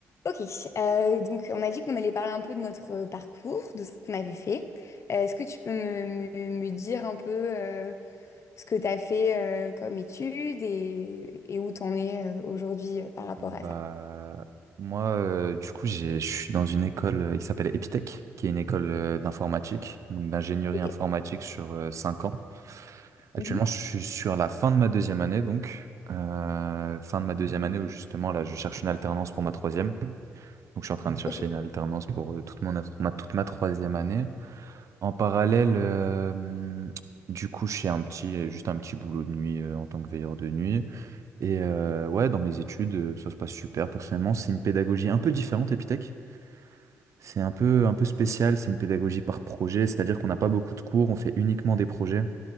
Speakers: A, on the left (about 55°); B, on the right (about 55°).
A: Ok, euh, donc on a dit qu'on allait parler un peu de notre euh, parcours, de ce qu'on avait fait. Euh, est-ce que tu peux me, me- me dire un peu euh, ce que tu as fait euh, comme études et, et où tu en es euh, aujourd'hui euh, par rapport
B: Bah,
A: à ça?
B: moi, euh, du coup, j'ai, je suis dans une école euh, qui s'appelle Epitech, qui est une école euh, d'informatique, donc d'ingénierie
A: Ok.
B: informatique sur euh, cinq ans. Actuellement,
A: Mhm.
B: je suis sur la fin de ma deuxième année, donc euh, fin de ma deuxième année où justement là, je cherche une alternance pour ma troisième. Donc, je suis en train de chercher
A: Ok.
B: une alternance pour euh, toute mon at- ma, toute ma troisième année. En parallèle, euh, hum, du coup, je fais un petit, juste un petit boulot de nuit euh, en tant que veilleur de nuit. Et euh, ouais, dans mes études, euh, ça se passe super. Personnellement, c'est une pédagogie un peu différente, Epitech. C'est un peu, un peu spécial, c'est une pédagogie par projet, c'est-à-dire qu'on n'a pas beaucoup de cours, on fait uniquement des projets.